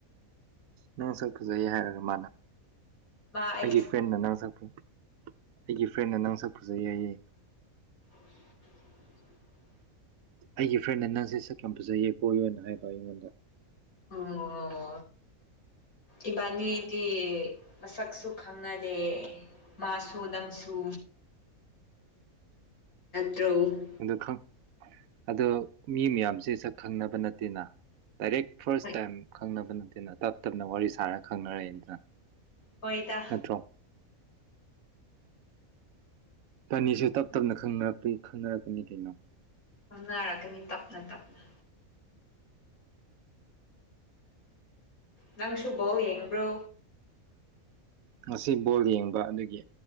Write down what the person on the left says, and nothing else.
ꯃꯥ
ꯁꯛ
<unintelligible>
ꯑꯣ ꯏꯕꯥꯅꯤꯗꯤ ꯃꯁꯛꯁꯨ ꯈꯪꯅꯗꯦ ꯃꯥꯁꯨ ꯅꯪꯁꯨ ꯇ꯭ꯔꯧꯨ <unintelligible>
ꯍꯣꯏ
ꯍꯣꯏꯗ
ꯈꯪꯅꯥꯔꯛꯀꯅꯤ ꯇꯞꯅ ꯇꯞꯅ ꯅꯪꯁꯨ ꯕꯣꯜ ꯌꯦꯡꯕ꯭ꯔꯣ